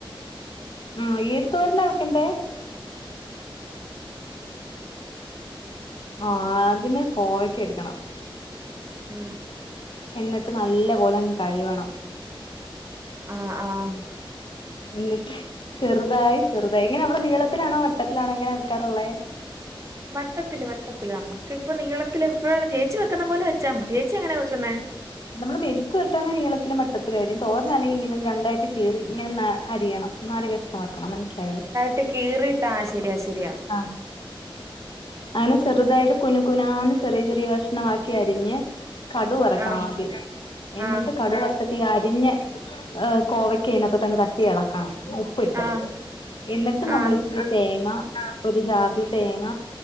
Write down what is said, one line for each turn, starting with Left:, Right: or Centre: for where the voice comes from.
Left: ഉം ഏത് തോരനാ വെക്കണ്ടേ ആഹ് ആദ്യമേ കോവക്ക എടുക്കണം
Right: ഉം
Left: എന്നിട്ട് നല്ല പോലങ്ങ് കഴുകണം
Right: ആഹ് ആഹ്
Left: എന്നിട്ട് ചെറുതായി ചെറുതായി എങ്ങനെ അവിടെ നീളത്തിലാണോ വട്ടത്തിലാണോ എങ്ങനെ വെക്കാറുള്ളെ
Right: വട്ടത്തില് വട്ടത്തില് നമ്മ ക്ക് ഇപ്പൊ നീളത്തില് എപ്പോഴാണ് ചേച്ചി വെക്കുന്ന പോലെ വെച്ചാ മതി ചേച്ചി എങ്ങനെ വെക്കുന്നേ
Left: നമ്മള് മെഴുക്ക്‌ വെരട്ടാന നീളത്തിലും വട്ടത്തിലും അരിയും തോരഞ്ഞാണെങ്കിൽ ഇങ്ങനെ രണ്ടായിട്ട് കിറി ഇങ്ങനെ നാ അരിയണം നാല് കഷ്ണം ആക്കണം മനസ്സിലായോ
Right: ട്ട് കീറിട്ട് ആഹ് ശരിയാ ശരിയാ
Left: ആഹ് അങ്ങനെ ചെറുതായിട്ട് കുന കുനാന്ന് ചെറിയ ചെറിയ കഷ്ണമാക്കി അരിഞ്ഞ് കടു വറക്കണം
Right: ആഹ്
Left: ആദ്യം എന്നിട്ട്
Right: ആഹ്
Left: കടു വറ തിട്ടീ അരിഞ്ഞ കോവയ്ക്ക് അതിനകത്തൊട്ടങ് തട്ടി ഇളക്കണം ഉപ്പിട്ട്
Right: ആഹ്
Left: എന്നിട്ട് നമ്മള്
Right: ആഹ്
Left: ഇച്ചിരി തേങ്ങ ഒരു ജാറിൽ തേങ്ങ